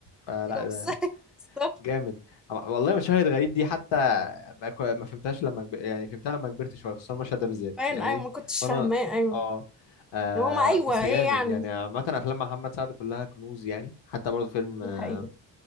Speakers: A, on the left (about 80°); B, in the centre.
A: فلا
B: ايوه
A: ده
B: بس بالظبط
A: جامد والله مشاهد غريب دي حتى ما كو- ما فهمتهاش لما كب... يعني فهمتها لما كبرت شويه خصوصا المشهد ده بالذات
B: باين
A: يعني
B: ايوه ما كنتش
A: وانا
B: فاهماه ايوه
A: اه آه
B: هما ايوه
A: بس جامد
B: ايه يعني
A: يعني عامة أفلام محمد سعد كلها كنوز يعني حتى برضه فيلم آه،
B: الحقيقي